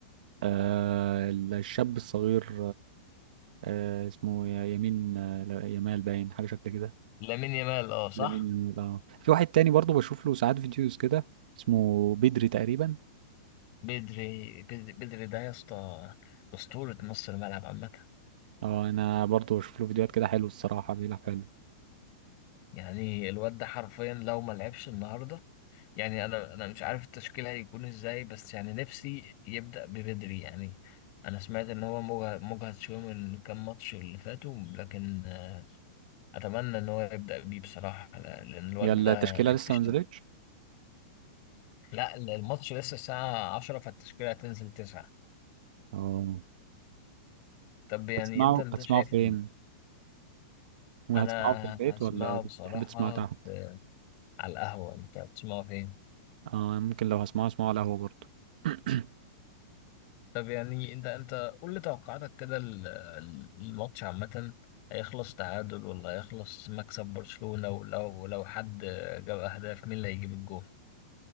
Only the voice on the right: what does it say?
آه الشاب الصغير آه اسمه ي- يمين آه، لا- يمال باين حاجة شكل كده
لامين يامال اه في واحد تاني برضو بشوف له ساعات فيديوز كده اسمه بدري تقريبا
اه انا برضو بشوف له فيديوهات كده حلو الصراحة بيلعب حلو
يلا
التشكيلة
لسه ما نزلتش
اه
هتسمعوا
هتسمعوا
فين وهتسمعوا
في البيت
ولا
بتحب تسمعوا تحت
اه ممكن لو هسمعوا اسمعوا على القهوة برضه <clears throat>